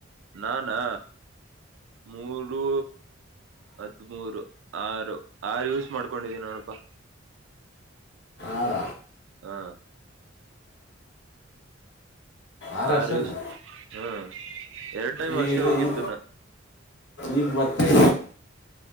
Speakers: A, on the right (about 70°); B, on the left (about 60°).
A: ನಾನಾ ಮೂರು ಹದ್ಮೂರು ಆರು ಆರು ಯೂಸ್ ಮಾಡ್ಕೊಂಡಿದ್ದೀನಿ ನೋಡಪಾ.
B: ಆರ
A: ಹಾ.
B: ಆರು
A: ಆರಿಷ
B: ಅಷ್ಟೇನಾ
A: ಹ್ಮ್. ಎರಡ್ ಟೈಮ್
B: ಈಗ
A: ಅಷ್ಟೇ
B: ಇದು
A: ಹೋಗಿದ್ದು
B: ಈ
A: ನಾ
B: ಈಗ ಮತ್ತೆ-